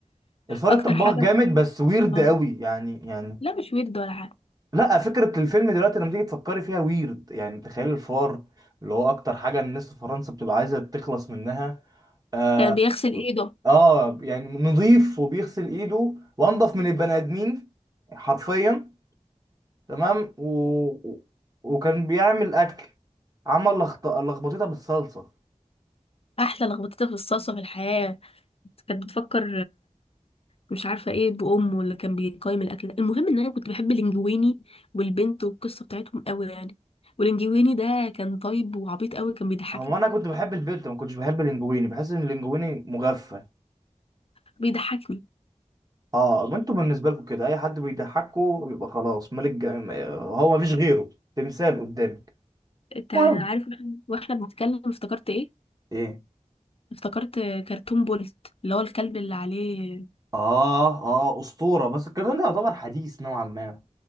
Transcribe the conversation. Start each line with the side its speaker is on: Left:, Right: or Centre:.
Right: الفار
Left: اكتر
Right: الطباخ
Left: حاجه
Right: جامد بس ويرد
Left: اه
Right: قوي يعني يعني
Left: لا مش ويرد ولا حاجه
Right: لا فكرة الفيلم دلوقتي لما تيجي تفكري فيها ويرد يعني تخيل الفار اللي هو أكتر حاجة الناس في فرنسا بتبقى عايزة تخلص منها آه,
Left: كان بيغسل ايده
Right: آه يعني نظيف وبيغسل إيده وأنضف من البني آدمين حرفيا تمام و... و- وكان بيعمل أكل عمل لخط... لخبطتها بالصلصة
Left: احلى لخبطتها في الصلصه في الحياه كانت بتفكر مش عارفه ايه بامه اللي كان بيقيم الاكل ده المهم ان انا كنت بحب الانجويني والبنت والقصه بتاعتهم قوي يعني والانجويني ده كان طيب وعبيط قوي كان بيضحكني
Right: هو أنا كنت بحب البيت ما كنتش بحب اللينجويني بحس إن اللينجويني مغفى
Left: بيضحكني
Right: اه ما انتوا بالنسبه لكم كده اي حد بيضحكوا بيبقى خلاص ملك جا- هو مفيش غيره تمثال قدامك
Left: انت عارف
Right: المهم
Left: واحنا وإحنا بنتكلم افتكرت ايه
Right: ايه
Left: افتكرت كرتون بولت اللي هو الكلب اللي عليه
Right: اه اه اسطوره بس الكرتون ده يعتبر حديث نوعا ما